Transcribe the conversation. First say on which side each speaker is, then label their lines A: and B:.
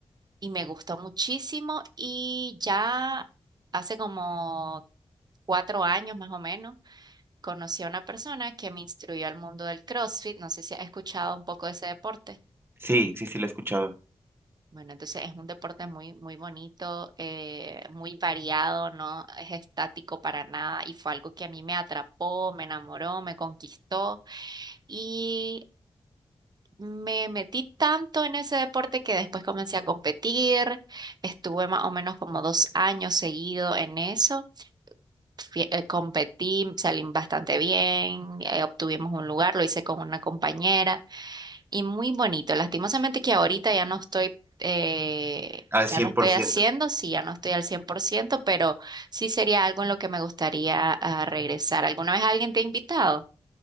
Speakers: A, on the right (about 40°); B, on the right (about 20°).
A: y me gustó muchísimo y ya hace como cuatro años más o menos, conocí a una persona que me instruyó al mundo del CrossFit. No sé si has escuchado un poco de ese deporte.
B: sí, sí, sí, lo he escuchado.
A: Bueno, entonces es un deporte muy, muy bonito, eh, muy variado, no es estático para nada y fue algo que a mí me atrapó, me enamoró, me conquistó y me metí tanto en ese deporte que después comencé a competir, estuve más o menos como dos años seguido en eso, Fui- eh, competí, salí bastante bien, eh, obtuvimos un lugar, lo hice con una compañera y muy bonito. Lastimosamente que ahorita ya no estoy, eh,
B: Al
A: ya
B: cien
A: no estoy
B: por ciento.
A: haciendo, sí, ya no estoy al 100% pero sí sería algo en lo que me gustaría ah, regresar. ¿Alguna vez alguien te ha invitado?